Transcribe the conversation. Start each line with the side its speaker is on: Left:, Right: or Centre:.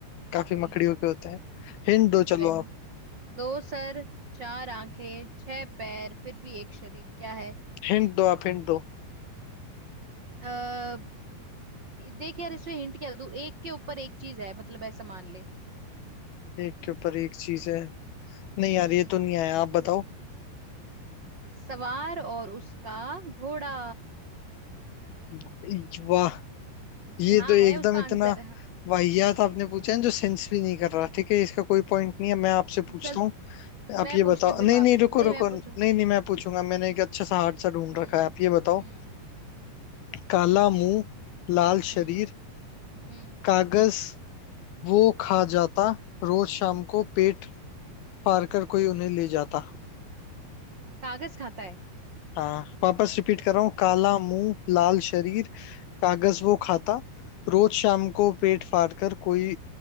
Left: काफी
Right: हो
Left: मकड़ियों
Right: लिए
Left: के होते हैं हिंट दो
Right: चुप
Left: चलो
Right: रहे
Left: आप
Right: दो सर चार आंखें छह पैर फिर भी एक शरीर क्या है
Left: हिंट दो आप हिंट दो
Right: अः देख यार इसमें हिंट क्या दूं एक के ऊपर एक चीज है मतलब ऐसा मान ले
Left: एक के ऊपर एक चीज है नहीं
Right: हम्म
Left: यार ये तो नहीं आया आप बताओ
Right: सवार और उसका घोड़ा
Left: ये- वाह
Right: यहाँ
Left: ये तो एकदम
Right: है उसका
Left: इतना
Right: आंसर हाँ,
Left: वाहियात
Right: नहीं
Left: आपने
Right: है
Left: पूछा है जो सेंस भी नहीं कर रहा ठीक है इसका कोई पॉइंट नहीं है मैं आपसे पूछता
Right: चल
Left: हूँ आप
Right: मैं
Left: ये
Right: पूछती
Left: बताओ
Right: हूँ फिर
Left: नहीं
Right: वापस
Left: नहीं रुको
Right: नहीं
Left: रुको
Right: मैं पूछूंगी
Left: नहीं नहीं मैं पूछूंगा मैंने एक अच्छा सा हार्ड सा ढूंढ
Right: हम्म
Left: रखा है आप ये बताओ
Right: हम्म
Left: काला मुंह लाल
Right: हम्म
Left: शरीर
Right: हम्म
Left: कागज वो खा जाता रोज शाम को पेट फाड़ कर कोई उन्हें ले जाता
Right: कागज खाता है
Left: हाँ वापस रिपीट कर रहा हूँ काला मुंह लाल शरीर कागज वो खाता रोज शाम को पेट फाड़ कर कोई